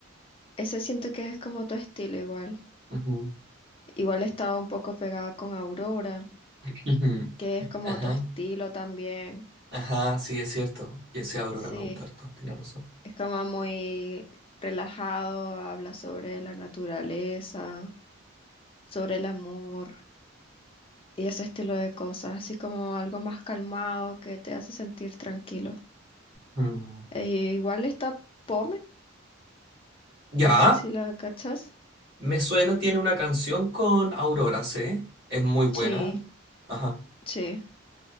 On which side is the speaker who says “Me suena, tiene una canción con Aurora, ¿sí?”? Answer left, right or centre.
Right